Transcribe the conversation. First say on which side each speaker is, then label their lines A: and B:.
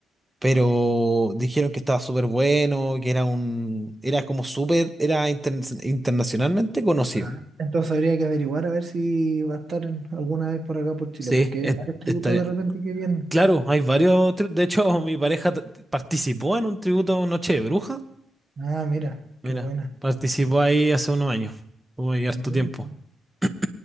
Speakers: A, on the right (about 15°); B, on the right (about 50°).
A: pero dijeron que estaba súper bueno, que era un, era como súper, era interna- internacionalmente conocido.
B: Ah, Entonces habría que averiguar a ver si va a estar en- alguna vez por acá por Chile,
A: Sí,
B: porque
A: es-
B: hay varios tributos
A: estaría.
B: de repente que vienen.
A: Claro, hay varios. tri- De hecho, <laughs> mi pareja t- t- participó en un tributo a Noche de Bruja.
B: Ah, mira,
A: Mira,
B: qué buena.
A: participó ahí hace unos años. Hubo ahí harto
B: Mm,
A: tiempo. <clears throat>